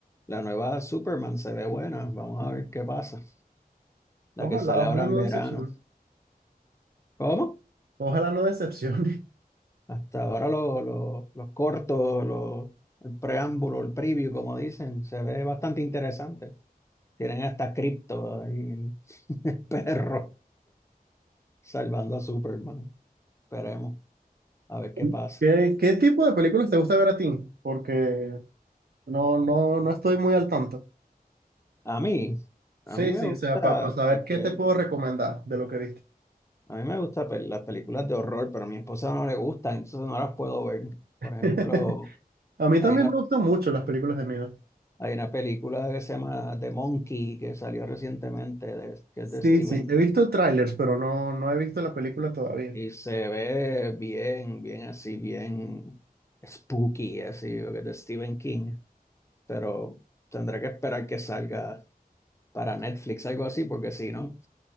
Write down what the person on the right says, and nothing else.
Ojalá,
ojalá
no
decepcione.
Ojalá no decepcione.
<laughs>
¿Qué, qué tipo de películas te gusta ver a ti? Porque no, no, no estoy muy al tanto.
Sí,
sí,
o sea, para saber
qué te puedo recomendar de lo que viste.
<laughs>
A mí también
me gustan mucho las películas de miedo.
Sí,
sí, he visto trailers, pero no, no he visto la película todavía.